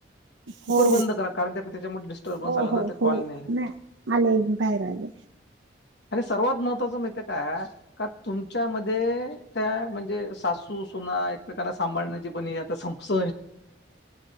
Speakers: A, on the left; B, on the right.
A: कुकर
B: हो
A: बंद करा, कारण त्या त्याच्यामुळे डिस्टर्बन्स
B: हो
A: आला
B: हो
A: ना ते
B: हो
A: कॉल नाही होत.
B: आले मी बाहेर आले
A: आणि सर्वात महत्त्वाचं माहित काय का तुमच्यामध्ये त्या म्हणजे, सासू सुना एकमेकांना सांभाळण्याची पण आता समज